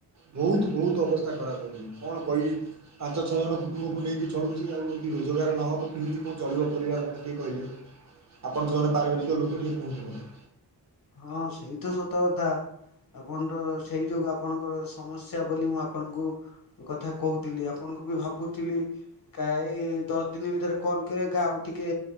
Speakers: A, on the right; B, on the left.
A: ବହୁତ ବହୁତ ଅବସ୍ଥା ଖରାପ ହଉଛି କଣ କହିବି। ପାଞ୍ଚ ଛଅ ଜଣ କୁଟୁମ୍ବକୁ ନେଇକି ଚଳୁଛି ଆଉ ଯଦି ରୋଜଗାର ନ ହେବ କେମିତି କଣ ଚଳିବ ପରିବାର ମୋତେ ଟିକେ କହିଲେ।
B: ହ
A: ଆପଣ ତ ଜଣେ ପାରିବାରିକ ଲୋକ ଟିକେ କହନ୍ତୁ ମତେ।
B: ହଁ ସେଇ ତ ସତ କଥା। ଆପଣର ସେଇ ଯୋଉୁ ଆପଣଙ୍କର ସମସ୍ୟା ବୋଲି ମୁଁ ଆପଣଙ୍କୁ କଥା କହୁଥିଲି ଆପଣଙ୍କୁ ବି ଭାବୁଥିଲି। କା ଏ ଦଶ ଦିନ ଭିତରେ କଲ୍ କରିବା କା ଆଉ ଟିକେ